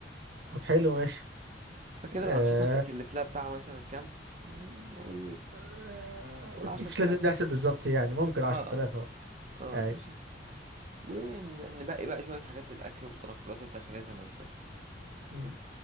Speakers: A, on the right; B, on the right.
A: طب حلو ماشي
B: فكده
A: آه.
B: الأنشطة هتتكلف لها بتاع مثلا كام؟ مم، قول
A: آه،
B: قول 10000
A: مش لازم نحسب بالظبط يعني ممكن عشرة
B: اه
A: آلاف اهو
B: اه
A: اي
B: ماشي ونبقي بقى شوية حاجات للأكل والتنقلات الداخلية زي ما قلت لك
A: مم.